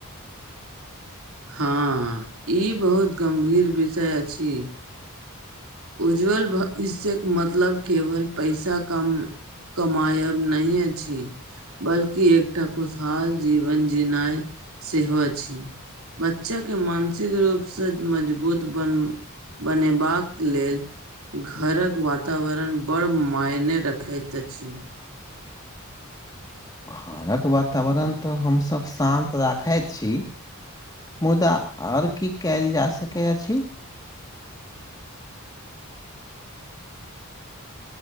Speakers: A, on the right (about 75°); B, on the left (about 15°).
A: हँ, ई बहुत गम्भीर विषय अछि। उज्ज्वल भविष्यके मतलब केवल पैसा कम कमाायब नहि अछी। बल्कि एकटा खुशहाल जीवन जिनाइ सेहो अछि। बच्चाक के मानसिक रूपसँ मजबूत बन बनेबाक लेल घरक वातावरण बड़ मायने रखैत अछि।
B: घरक वातावरण तऽ हमसभ शान्त राखैत छी मुदा आओर की कयल जा सकैत अछि।